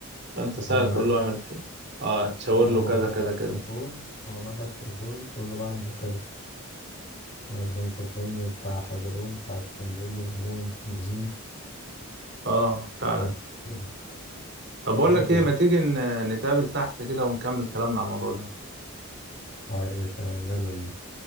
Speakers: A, on the right; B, on the left.
A: فانت سهل
B: هو معاك
A: تقول
B: بقى
A: له اعمل كده اه تشاور
B: اه
A: له
B: هو
A: كذا
B: معاك
A: كذا
B: على التليفون
A: كذا
B: هو معاك على التليفون تقول له بعمل كذا عارف انت الفيلم بتاع حزلقوم ساعة كان بيقول له هون نجين
A: اه فعلا
B: عارف <laughs>
A: طب بقول
B: ايوه
A: لك
B: بتضحك
A: ايه ما تيجي ن- نتقابل تحت كده ونكمل كلامنا على الموضوع ده
B: طيب تمام يلا بينا